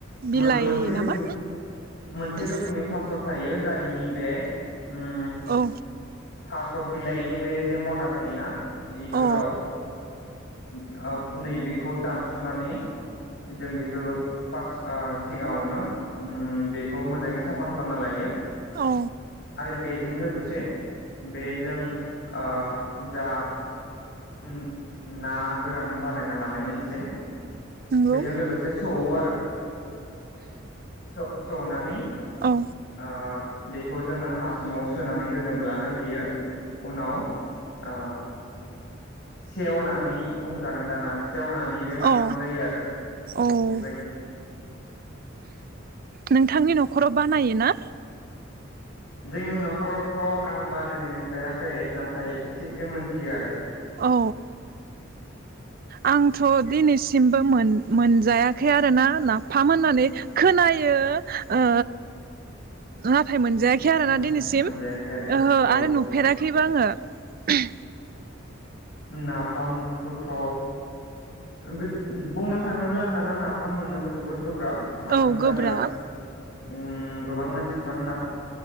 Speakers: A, on the right; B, on the left.
A: बिलाइ
B: मो-मोनसे रोखोम
A: नामा
B: मोनसे
A: थास
B: रोखोमनि थास' थायो जायनि बे उम
A: औ
B: थास' बिलाइनि बे जे मदा थायोना बिदि गोलाव
A: अ
B: उम आब नै बेखौ दानसनानै जों बेखौ फार्स्ट आ सिगाङावनो उम बेखौ मोजाङै साफा खालामना लायो
A: औ
B: आरो बेजों लोगोसे बेजों आ जा उम ना गोरान बानायना लानायमोन एसे।
A: नंगौ
B: बेजों लोगोसे सौवो आरो स-सौनानै
A: औ
B: आ बेखौ जोङो हासुङाव सोनानै दोनोब्लानो बेयो उनाव आ सेवनानै बुंजागोन दाना सेवनानै बे ना
A: औ
B: फाम जायो आरो
A: औ
B: बेबायदिनो
A: नोंथांनि न'खराव बानायो ना?
B: जोंनि न'खरावथ' आं बानायनाय नुफेराखै नाथाय एसेसो मोनथियो आरो।
A: औ आंथ' दिनैसिमबो मोन-मोनजायाखै आरोना नाफाम होननानै खोनायो ओ ना फाम मोनजायाखै आरोना
B: नाथाय
A: दिनैसिम
B: मोनजायाखै आरो
A: ओहो
B: औ
A: आरो नुफेराखै <unintelligible>
B: नाफामखौथ' बे बुंनो थाङोब्ला दाना नाफाम मोननोबो जोबोद गोब्राब। मानो
A: औ
B: होमब्लानो
A: गोब्राब
B: उम गोबां मानसिफ्रानो ना